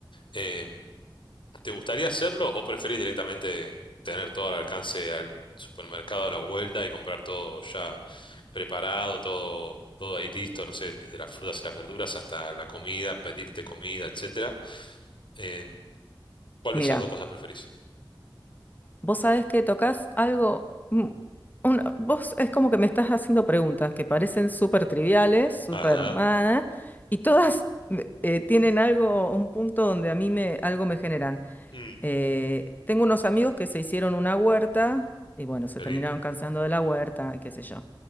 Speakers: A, on the left; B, on the left.
A: Em, ¿Te gustaría hacerlo o preferís directamente tener todo al alcance al supermercado a la vuelta y comprar todo ya preparado, todo, todo ahí listo, no sé, desde las frutas y las verduras hasta la comida, pedirte comida, etcétera? Eh, ¿cuál
B: Mira.
A: de esas dos cosas preferís?
B: Vos sabés que tocas algo, mm, una- vos es como que me estás haciendo preguntas que parecen súper triviales, súper,
A: Ajá.
B: ah, y todas eh, tienen algo, un punto donde a mí me, algo me generan.
A: Mm,
B: Eh, tengo unos amigos que se hicieron una huerta y bueno, se
A: qué
B: terminaron
A: lindo.
B: cansando de la huerta, qué sé yo.